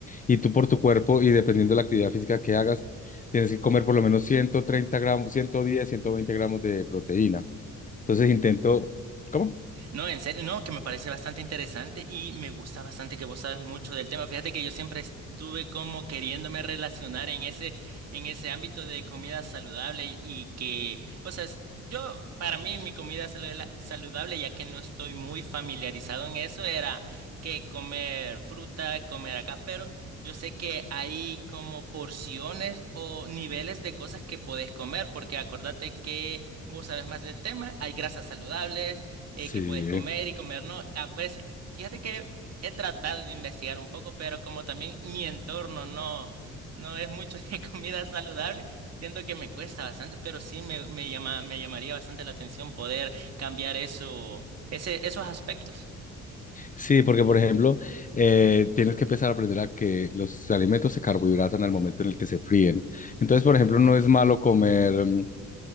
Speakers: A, on the left; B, on the right.
A: Y tú por tu cuerpo y dependiendo de la actividad física que hagas, tienes que comer por lo menos 130 gramos, ciento diez, ciento veinte gramos de proteína. Entonces intento, ¿cómo?
B: No, en serio, no, que me parece bastante interesante y me gusta bastante que vos sabes mucho del tema. Fíjate que yo siempre estuve como queriéndome relacionar en ese, en ese ámbito de comida saludable y y que, o sea, es- yo, para mí, mi comida saludela- saludable, ya que no estoy muy familiarizado en eso, era que comer fruta, comer acá, pero yo sé que hay como porciones o niveles de cosas que podés comer, porque acordate que vos sabes más del tema, hay grasas saludables
A: Sí,
B: eh, qué puedes comer y comer no. Ah, pues fíjate que he tratado de investigar un poco, pero como también mi entorno no, no es mucho de <laughs> comida saludable, siento que me cuesta bastante, pero sí me, me llama, me llamaría bastante la atención poder cambiar eso, ese, esos aspectos.
A: sí, porque por ejemplo, eh, tienes que empezar a aprender a que los alimentos se carbohidratan al momento en el que se fríen. Entonces, por ejemplo, no es malo comer mm,